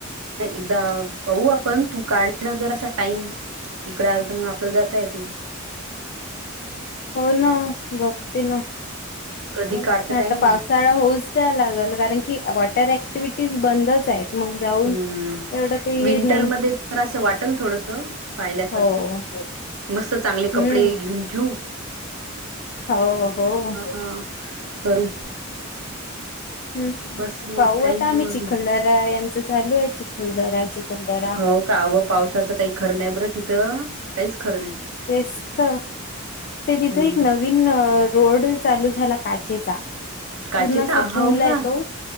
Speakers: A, on the right; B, on the left.
A: एकदा पाहू आपण तू काढण जरासा टाईम. इकडे आलं तर मग आपल्याला जाता येते.
B: हो ना बघते ना.
A: कधी
B: हा
A: काढता टाईम
B: आता पावसाळा होऊच तर लागल कारण की वा र ऍक्टिव्हीटीज बंदच आहेत. मग जाऊन
A: हम्म
B: एवढं काही
A: विंटरमध्ये
B: हे नाही
A: तर असं वाटेल थोडस पाहिल्यासारखं
B: हो
A: मस्त चांगले कपडे
B: हम्म
A: घेऊन ठेऊ
B: हो हो.
A: हा करू
B: हम्म
A: बस मग
B: पाहू
A: काही
B: आता
A: नाही
B: आम्ही चिखलदरा
A: अजून
B: यांचं चालू आहे. चिखलदरा चिखलदरा
A: हो का व पावसाचं काही खरं नाही बरं तिथं, काहीच खरं नाही.
B: तेच तर ते तिथे
A: हम्म
B: एक नवीन रोड चालू झाला काचेचा
A: काचेचा
B: पूर्ण असा पूल
A: हो
B: आहे
A: का
B: तो.